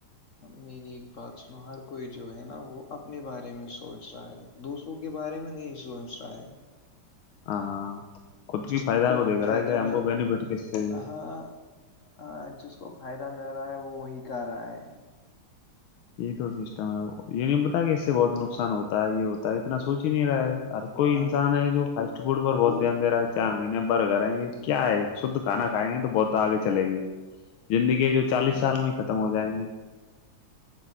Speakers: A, on the left; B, on the left.
A: میری ایک بات سنو ہر کوئی جو ہے نا وہ اپنے بارے میں سوچ رہا ہے دوسروں کے بارے میں نہیں سوچ رہا ہے
B: ہاں خود کی
A: جس
B: فائدہ
A: کو
B: دیکھ رہا
A: فائدہ
B: ہے کہ ہم
A: مل
B: کو بینیفٹ کس سے
A: ہاں ہاں جس کو فائدہ مل کہ رہا ہے وہ وہی کر رہا ہے
B: یہی تو سسٹم ہے یہ نہیں پتا کہ اس سے بہت نقصان ہوتا ہے یہ ہوتا ہے اتنا سوچ ہی نہیں رہا ہے کوئی
A: ہاں
B: انسان ہے جو فاسٹ فوڈ پر
A: وہ
B: بہت دھیان د رہا ہے چاہ مہنے بر کریں کیا ہے شھ کھانا کھائیں گے تو بہت آگے چلے گی زندگیاں جو
A: ہاں
B: چالیس سال میں ختم ہو جائیں گی